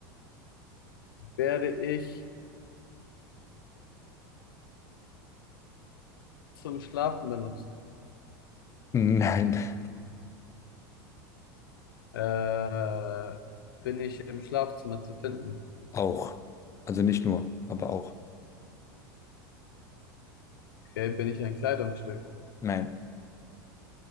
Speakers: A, on the left; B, on the left.
A: werde ich zum Schlafen benutzt?
B: nein. <laughs>
A: Äh, bin ich im Schlafzimmer zu finden?
B: Auch. Also nicht nur, aber auch.
A: Okay, bin ich ein Kleidungsstück?
B: Nein.